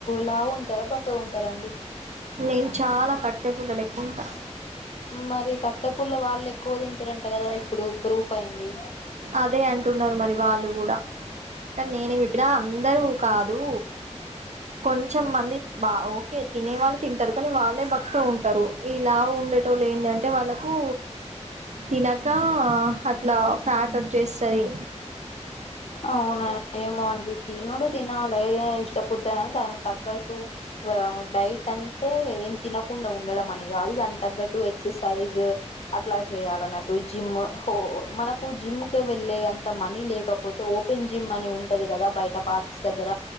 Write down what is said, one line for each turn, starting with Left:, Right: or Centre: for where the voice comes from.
Left: లావు ఉంటారా బక్కగా ఉంటారా అండి?
Right: నేను చాలా కట్టె పుల్ల లెక్క ఉంటా.
Left: మరి కట్టె పూల్ల వాళ్ళు ఎక్కువ తింటారంట కదా. ఇప్పుడు ప్రూఫ్ అయ్యింది.
Right: అదే అంటున్నారు మరి వాళ్ళు కూడా కానీ నేనేమి చెప్పినా అందరూ కాదు కొంచెం మంది ఓకే తినేవాళ్ళు తింటారు. కానీ వాళ్ళే బక్కగా ఉంటారు. ఈ లావు ఉండేటోళ్ళు ఏంటంటే వాళ్ళకు తినక అట్లా ఫ్యాట్ వచ్చేస్తది
Left: అవునా ఏమో అండి తినుడు తినాలి ఆ ఇష్టపుడితే అని దానికి తగ్గట్టు ఆ డైట్ అంటే ఏం తినకుండా ఉండడం అని కాదు దాని తగ్గట్టు ఎక్ససైజ్ అట్లా చెయ్యాలన్నట్టు జిమ్ హో మనకు జిమ్ క వెళ్ళే అంత మనీ లేక పోతే ఓపెన్ జిమ్ అని ఉంటది కదా బయట పార్క్స్ దగ్గర